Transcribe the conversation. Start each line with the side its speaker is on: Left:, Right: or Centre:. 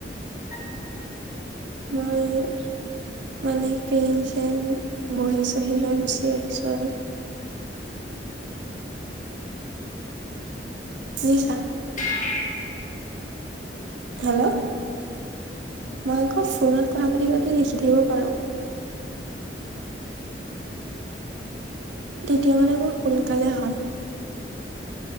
Left: উম
Right: নাই বে মই মানে প্রেম ছেম বহিগৈছোঁ। আহি লৈ গৈছে
Left: উম
Right: এক্সট্ৰা বোৰ। বুইছা
Left: <unintelligible> অ
Right: হেল্ল'
Left: অ
Right: মই আক ফোনত কথা পাতি পাতি লিখি থাকিব পাৰো।
Left: উম <unintelligible>
Right: তেতিয়া মানে মোৰ সোনকালে হয়।